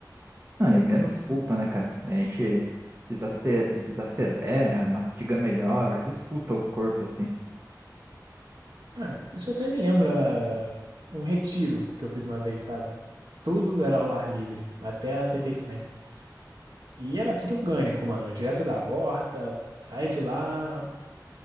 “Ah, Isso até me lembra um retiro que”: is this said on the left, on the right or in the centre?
Right